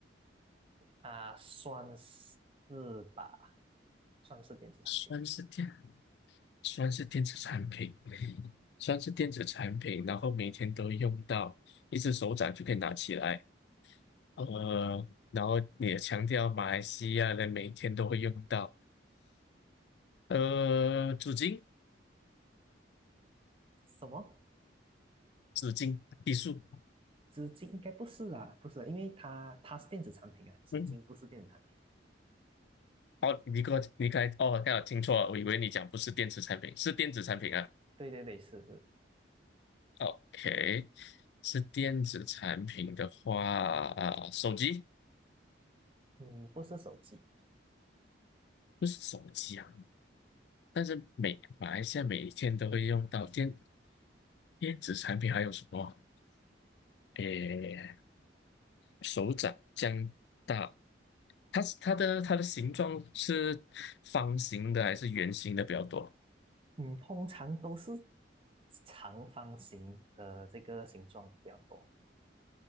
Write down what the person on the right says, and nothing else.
啊，算是吧，算是电子产品。
什么？
纸巾应该不是啊，不是啊，因为它它是电子产品啊，纸巾不是电子产品。
对对对，是是，
嗯，不是手机，
嗯，通常都是长方形的这个形状比较多。